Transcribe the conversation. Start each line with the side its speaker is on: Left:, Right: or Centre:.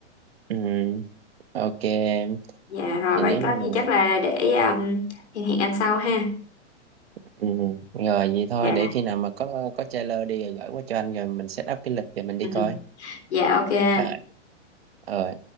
Right: Ừ. ok em.
Left: Dạ rồi
Right: thì
Left: vậy
Right: nếu
Left: có
Right: như mà
Left: gì chắc là để um, hẹn hẹn anh sau ha.
Right: ừ. rồi vậy thôi
Left: Dạ.
Right: để khi nào mà có có trailer đi rồi gửi qua cho anh rồi mình set up cái lịch rồi mình đi
Left: <laughs>
Right: coi
Left: Dạ ok anh.
Right: rồi ờ